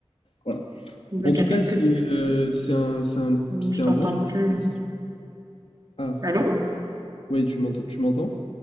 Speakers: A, on the left; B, on the right.
A: voilà.
B: Bah,
A: En
B: Carré,
A: tout cas,
B: est-ce
A: c'est,
B: que t-
A: euh, c'est un, c'est un- c'était
B: je t'entends
A: un bon sujet
B: plus?
A: de conversation. Ah,
B: Allô?
A: oui, tu m'entends, tu m'entends?